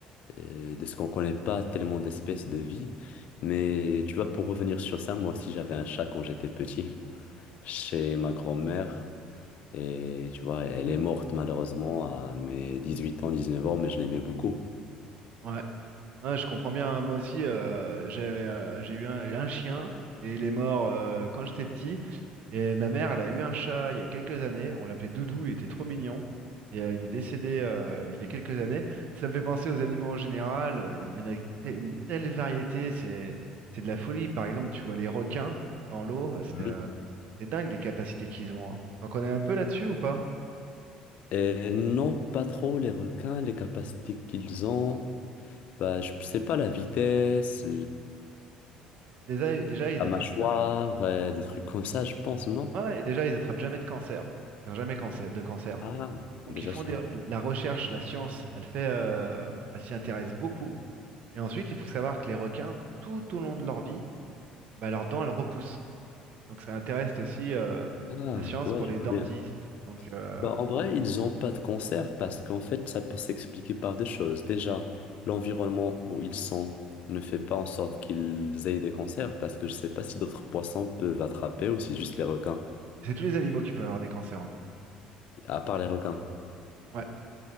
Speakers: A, on the left; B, on the right.
A: euh, de ce qu'on connaît pas tellement d'espèces de vie. Mais tu vois, pour revenir sur ça, moi aussi, j'avais un chat quand j'étais petit, chez ma grand-mère. Et tu vois, elle est morte malheureusement à mes 18 ans, 19 ans, mais je l'aimais beaucoup.
B: Ouais. Ah, je comprends bien, hein. Moi aussi, euh, j'avais, euh, j'ai eu un, un chien et il est mort euh, quand j'étais petit. Et ma mère, elle a eu un chat il y a quelques années. On l'appelait Doudou, il était trop mignon. Et euh, il est décédé euh, il y a quelques années. Mais ça me fait penser aux animaux en général. euh, Il y en a te- une telle variété, c'est c'est de la folie. Par exemple, tu vois les requins dans l'eau, c'est
A: Mhm.
B: euh, c'est dingue les capacités qu'ils ont. hein. T'en connais un peu là-dessus ou pas?
A: Et non, pas trop les requins, les capacités qu'ils ont. Bah, je sais pas la vitesse,
B: Déjà, déjà, ils
A: La
B: attrapent
A: mâchoire,
B: jamais.
A: euh, des trucs comme ça, je pense, non?
B: Ouais, et déjà, ils attrapent jamais de cancer. Ils n'ont jamais cancer, de cancer.
A: Ah,
B: Donc
A: déjà
B: ils font
A: ça.
B: des- la recherche, la science, elle fait, euh, elle s'y intéresse beaucoup. Et ensuite, il faut savoir que les requins, tout au long de leur vie, bah, leurs dents, elles repoussent. Donc ça intéresse aussi euh,
A: Ah,
B: la science
A: ouais,
B: pour les
A: je vois
B: dentistes.
A: bien.
B: Donc euh,
A: Bah, en vrai, ils n'ont pas de concert parce qu'en fait, ça peut s'expliquer par deux choses. Déjà, l'environnement où ils sont ne fait pas en sorte qu'ils aient des concerts parce que je sais pas si d'autres poissons peuvent attraper ou si juste les requins.
B: c'est tous les animaux qui peuvent avoir des cancers en fait.
A: À part les requins.
B: Ouais,